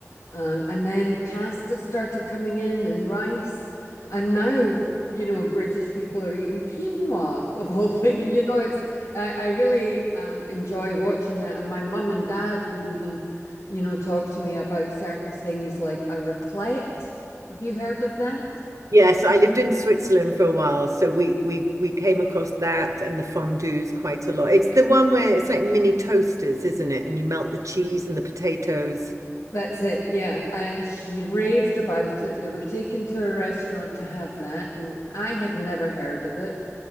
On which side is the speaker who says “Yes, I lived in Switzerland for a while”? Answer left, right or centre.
Right